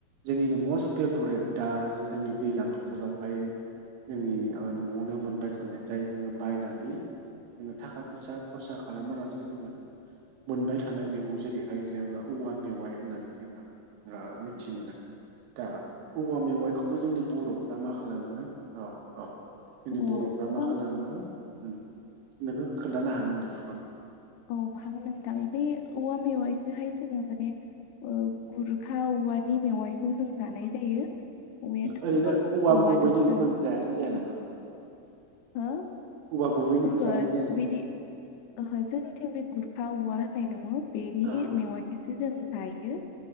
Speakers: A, on the right (about 85°); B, on the left (about 80°).
A: जोंनिनो मस्ट फेभरेट दा जोंनि दैज्लां बोथोरावहाय जोंनि ओ न'आवनो मोनबाय थानाय जाय जोङो बायनानै जोङो थाखा फैसा खरसा खालामालासे जोङो मोनबाय थानाय मैगं जेरैहाय जोङो औवा मेवाइ होननानै जोङो ओ मिथि मोनो। दा औवा मेवाइखौबो जोंनि बर' फ्रा मा खालामो औ औ। जोंनि
B: औ
A: बर'फ्रा
B: औवा
A: मा खालामो उम नोंखो खोन्थानो हागोन।
B: औ हागोन नोंथां। बे औवा मेवाइखौहाय जोङो माने ओ गुरखा औवानि मेवाइखौ जों जानाय जायो। औवायाथ'
A: ओरैनो
B: गोबां
A: औवा गुबैनिखौ
B: दंना
A: मोन जानाय जाया नामा?
B: हो,
A: औवा गुबैनिखौ
B: ओहो
A: जानाय जाया नामा?
B: बिदि ओहो जोंनिथिं बे गुरखा औवा होननाय दङ बेनि
A: अ
B: मेवाइखिसो जों जायो।